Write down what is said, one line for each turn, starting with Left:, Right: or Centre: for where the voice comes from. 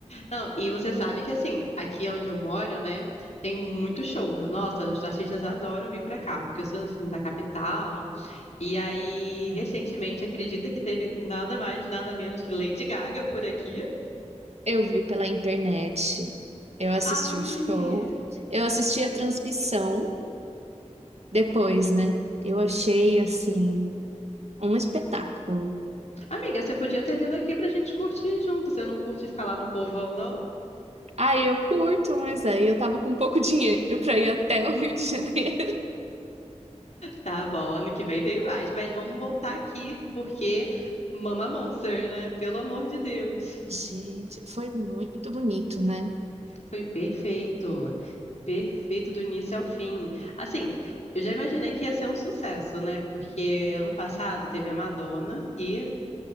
Left: Não, e você sabe que assim, aqui onde eu moro, né, tem muito show. Nossa, os artistas adoram vir pra cá, porque eu sou assim da capital. E aí, recentemente, acredita que teve nada mais, nada menos que Lady Gaga por aqui?
Right: <laughs> Eu vi pela internet, eu assisti
Left: Ai,
Right: o show, eu assisti a transmissão depois, né? Eu achei, assim, um espetáculo.
Left: Amiga, você podia ter vindo aqui pra gente curtir junto. Você não curte ficar lá no povão, não?
Right: Ah, eu curto, mas aí eu tava com pouco dinheiro pra ir até o Rio de Janeiro.
Left: Tá bom, ano que vem tem mais. Mas vamos voltar aqui, porque Mama Monster, né? Pelo amor de Deus.
Right: <laughs> Gente, foi muito bonito, né?
Left: Foi perfeito. Perfeito do início ao fim. Assim, eu já imaginei que ia ser um sucesso, né? Porque ano passado teve a Madonna e